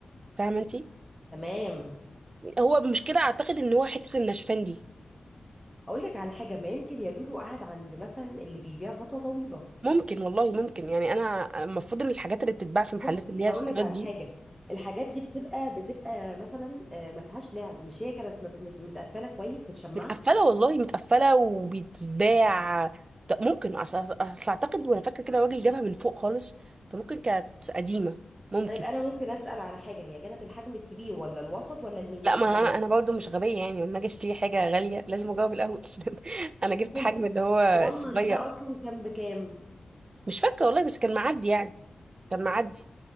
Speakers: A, on the right (about 35°); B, in the centre.
A: فاهمه انت
B: تمام
A: هو مش كده اعتقد ان هو حته النشفان دي
B: اقول لك على حاجه ما يمكن يا لولو قعد عند مثلا اللي بيبيع فتره طويله
A: ممكن والله ممكن يعني انا المفروض ان الحاجات اللي بتتباع في محلات
B: بصي
A: اللي هي الاستيراد
B: اقول لك على
A: دي
B: حاجه الحاجات دي بتبقى بتبقى مثلا آه، ما فيهاش لعب مش هي كانت مت- مت- متقفله كويس متشمعه
A: متقفله والله متقفله وبيتباع ط- ممكن اصل أصل اعتقد وانا فاكره كده الراجل جابها من فوق خالص فممكن كانت قديمه ممكن
B: طيب انا ممكن اسال على حاجه هي كانت الحجم الكبير ولا الوسط ولا الميني
A: لا
B: الصغنن
A: ما انا انا برضه مش غبيه يعني لما اجي اشتري حاجه غاليه لازم اجاوب الاول <laughs> انا جبت
B: حلو
A: حجم اللي هو
B: الصغنن
A: الصغير
B: ده اصلا كان بكام
A: مش فاكره والله بس كان معدي يعني كان معدي